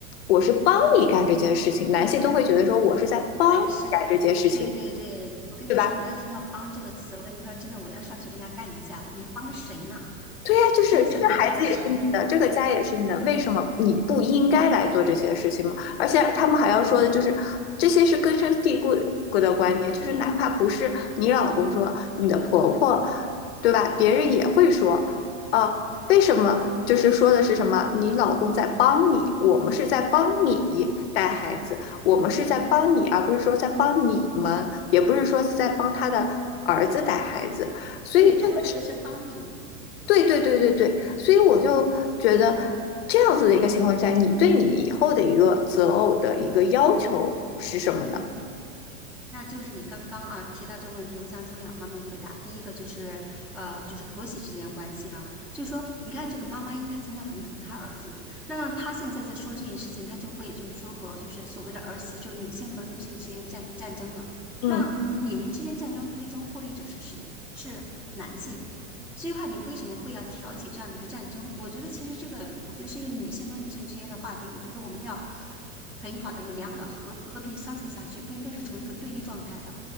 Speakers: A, on the left; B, in the centre.
A: 我是帮你干这件事情，男性都会觉得说我是在帮你干这件事情。
B: 他也是。对对对，我跟你说，
A: 对吧？
B: 我要听到“帮”这个词，我跟你说，真的，我要上去跟他干一架的。你帮谁呢？
A: 对呀，就是这个孩子也是你的，
B: 你有没有想过你帮谁？
A: 这个家也是你的，为什么你不应该来做这些事情吗？而且他们还要说的就是，这些是根深蒂固的观念，就是哪怕不是你老公说，你的婆婆，对吧？别人也会说，啊，为什么？就是说的是什么？你老公在帮你，我们是在帮你带孩子，我们是在帮你，而不是说在帮你们，也不是说是在帮他的儿子带孩子，所以这个
B: 对，他会觉得是帮你，
A: 对对对对对，所以我就觉得这样子的一个情况下，你对你以后的一个择偶的一个要求是什么呢？
B: 那就是你刚刚啊提到这个问题，我想从两方面回答。第一个就是呃，就是婆媳之间关系啊，就是说，你看这个妈妈，因为她从小很疼她儿子，那她现在在说这件事情，她就会就是说和就是所谓的儿媳，就是女性和女性之间战战争嘛。
A: 嗯
B: 那你们之间战争最终获利者是谁？是男性。所以话，你为什么会要挑起这样的一个战争？我觉得其实这个，我觉得是一个女性和女性之间的话题。我觉得我们要。很好的就良好的和和平相处下去，不应该是从一个对立状态的。